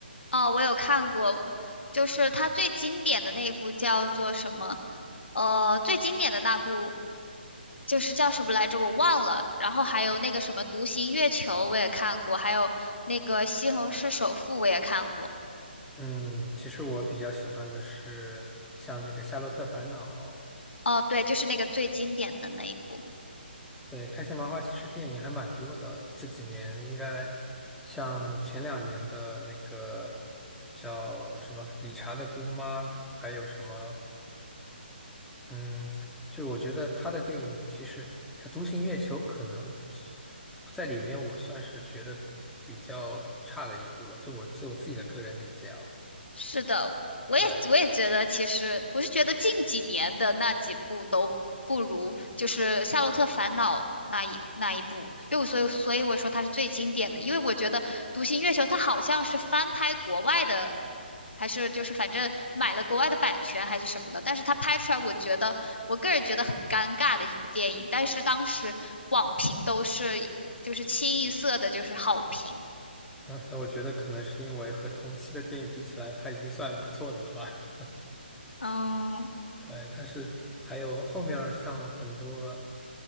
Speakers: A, on the left; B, in the centre.
A: 哦，我有看过，就是它最经典的那一部叫做什么？呃，最经典的那部就是叫什么来着？我忘了。然后还有那个什么《独行月球》，我也看过，还有那个《西虹市首富》，我也看过。
B: 嗯，其实我比较喜欢的是像那个《夏洛特烦恼》，
A: 哦，对，就是那个最经典的那一部。
B: 对，开心麻花其实电影还蛮多的，这几年应该像前两年的那个叫什么《理查的姑妈》，还有什么，嗯，就是我觉得他的电影其实像《独行月球》，可能在里面我算是觉得比较差的一部了，就我就我自己的个人理解啊。
A: 是的，我也我也觉得，
B: 对，
A: 其实我是觉得近几年的那几部都不如就是《夏洛特烦恼》那一那一部，因为我所以所以我说它是最经典的，因为我觉得《独行月球》它好像是翻拍国外的，还是就是反正买了国外的版权还是什么的，但是它拍出来，我觉得我个人觉得很尴尬的一部电影，但是当时网评都是就是清一色的就是好评，
B: 嗯，那我觉得可能是因为和同期的电影比起来，它已经算不错的了吧。<laughs>
A: 嗯。
B: 对，但是还有后面儿像很多，